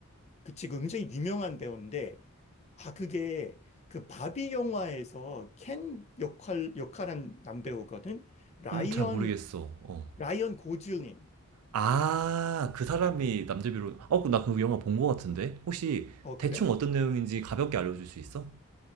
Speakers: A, on the left; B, on the right.
A: 그치. 그 굉장히 유명한 배우인데, 아, 그게 그 바비 영화에서 켄 역할, 역할한 남배우거든? 라이언,
B: 음, 잘 모르겠어. 어.
A: 라이언 고즐링.
B: 아,
A: 그,
B: 그 사람이
A: 음.
B: 남자 배우. 어, 그, 나그 영화 본거 같은데? 혹시
A: 어,
B: 대충
A: 그래?
B: 어떤 내용인지 가볍게 알려줄 수 있어?